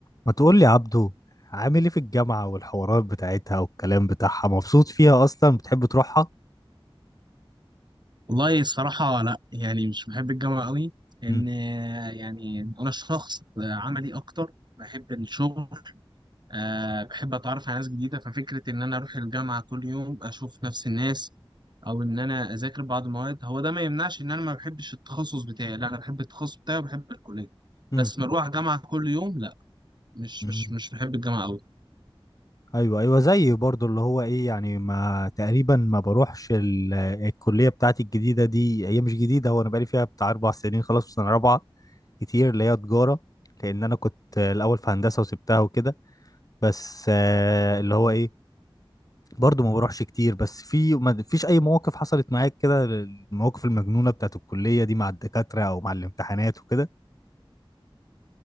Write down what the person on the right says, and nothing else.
والله الصراحة لا يعني مش بحب الجامعة قوي لأن
يعني أنا شخص عملي أكتر بحب الشغل أه بحب أتعرف على ناس جديدة ففكرة إن أنا أروح الجامعة كل يوم أشوف نفس الناس أو إن أنا أذاكر بعض المواد هو ده ما يمنعش إن أنا ما بحبش التخصص بتاعي لا أنا بحب التخصص بتاعي وبحب الكلية
بس مروح جامعة كل يوم لا مش
مش مش بحب الجامعة قوي